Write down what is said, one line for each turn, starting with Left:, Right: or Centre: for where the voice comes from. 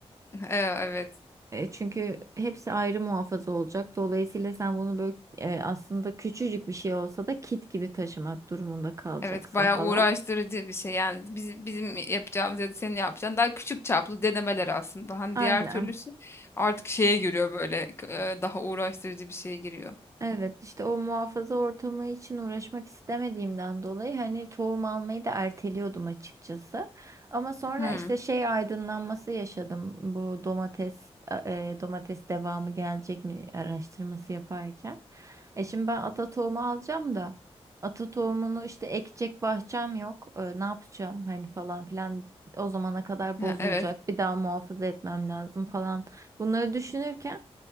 Left: E, Evet.
Right: E, çünkü hepsi ayrı muhafaza olacak. Dolayısıyla sen bunu böyle e, aslında küçücük bir şey olsa da kit gibi taşımak durumunda kalacaksın
Left: Evet, bayağı
Right: falan.
Left: uğraştırıcı bir şey. Yani biz bizim yapacağımız ya da senin yapacağın daha küçük çaplı denemeler aslında. Hani
Right: Aynen.
Left: diğer türlüsü artık şeye giriyor böyle e, daha uğraştırıcı bir şeye giriyor.
Right: Evet işte o muhafaza ortamı için uğraşmak istemediğimden dolayı hani tohum almayı da erteliyordum açıkçası. Ama sonra
Left: Hmm.
Right: işte şey aydınlanması yaşadım bu domates e, domates devamı gelecek mi araştırması yaparken. E şimdi ben ata tohumu alacağım da ata tohumunu işte ekecek bahçem yok. E, ne yapacağım hani falan filan o zamana kadar bozulacak
Left: Ha, Evet.
Right: bir daha muhafaza etmem lazım falan bunları düşünürken